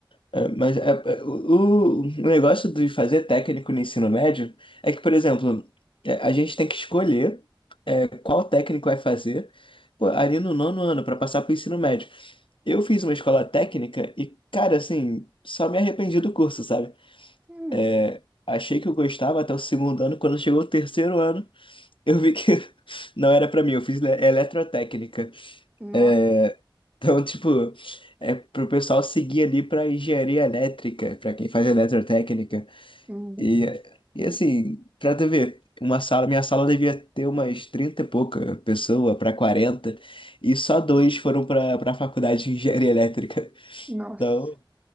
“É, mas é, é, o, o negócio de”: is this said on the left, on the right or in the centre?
Left